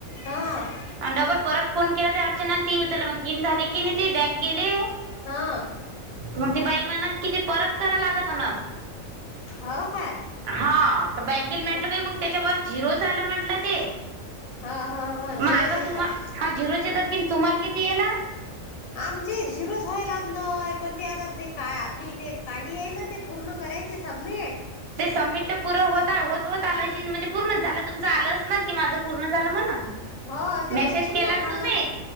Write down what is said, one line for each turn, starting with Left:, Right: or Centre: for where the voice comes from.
Left: हा
Right: आणि डबल परत फोन केला तर अर्चना. ती उचली मग तीन झाले की नाही ते बॅग गेले
Left: हा
Right: मग ते बाई म्हणत कि ते परत कराव लागत हो ना.
Left: हो काय?
Right: हा तर बॅक गेल म्हटलं
Left: ह
Right: बा मग त्याच्यावरर झिरो झाचालं म्हंटलं ते
Left: ह ह
Right: मग
Left: झिरोच
Right: आता
Left: येतात
Right: तुम्हा हा झिरोचेेतात कि तुम्हाला किती? येणार
Left: आमचे झिरोच व्हालालंय पण ते आता ते का आपली ते कांडी आहे ना ते पूर्ण करायची सबमिट
Right: ते समिट पूर होता होत होत आलं म्हणजे पूर्ण झालं तुमचं आलंच ना की माझं पूर्ण झालं म्हणून
Left: हो ते
Right: मेसेज
Left: मग पूर्ण
Right: केला ना
Left: झालं
Right: तुम्ही